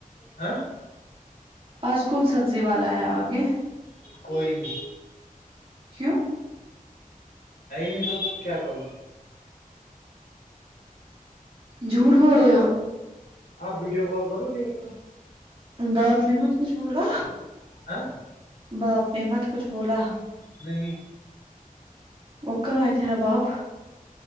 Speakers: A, on the left; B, on the right.
A: ہاں
B: آج کون سبزی والا ہے آگے
A: کوئی نہیں
B: کیوں
A: ہے ہی نہیں تو کیا کروں
B: جھوٹ بول رہے ہاں
A: آپ ویڈیو کال کرو دیکھو
B: باپ نے مچھ کچھ بولا
A: ہاں
B: باپ نے مت کچھ بولا
A: نہیں
B: او کہا ہے تیرا باپ